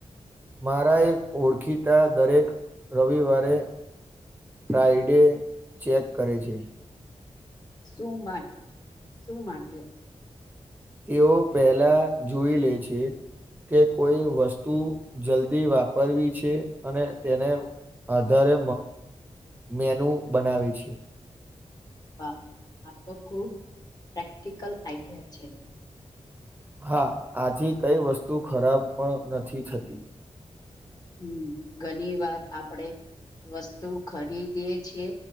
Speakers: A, on the right; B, on the left.
A: મારા એક ઓળખીતા દરેક રવિવારે ફ્રાઇડે ચેક કરે છે.
B: શું માટે શું માટે?
A: તેઓ પેલા જોઈ લે છે. કે કોઈ વસ્તુ જલ્દી વાપરવી છે, અને તેને આધારે મેનુ બનાવી છે.
B: આ તો ખુબ પ્રેક્ટિકલ આઈડિયા છે.
A: હા આજ કઈ વસ્તુ ખરાબ પણ નથી થતી.
B: હમ ઘણી વાર આપડે વસ્તુ ખરીદી છીએ,